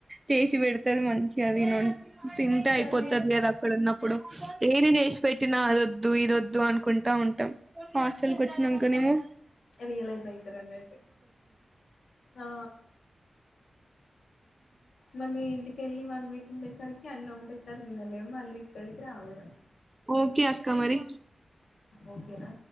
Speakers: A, on the right; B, on the left.
A: చేసి పెడుతది మంచి మంచిగ అవి వొంది తింటే అయిపోతుది
B: అది
A: కదా అక్కడ ఉన్నప్పుడు ఏది చేసి పెట్టినా అదోద్దు ఇదోద్దు అనుకుంటా ఉంటాం హాస్టల్కవచ్చినకనేమో
B: రియలైస్ అయితరడన్నట్టు ఆ మళ్ళీ ఇంటికెళ్ళి వన్వీక్ ఉండేసరికి అన్ని ఒకటేసరి తినలేము మళ్ళీ ఇక్కడికి రావడం
A: ఓకే అక్క మరి
B: ఓకేరా